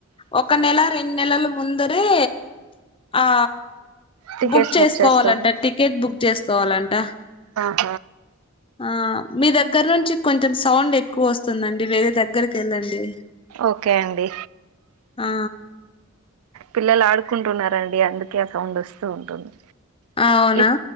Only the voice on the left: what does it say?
ఒక నెల రెండు నెలల ముందరే ఆ
బుక్ చేసుకోవాలంట
టికెట్ బుక్ చేసుకోవాలంట
ఆ మీ దగ్గర నుంచి కొంచెం సౌండ్ ఎక్కువ వస్తుందండి వేరే దగ్గరకి వెళ్ళండి
ఆ
అవునా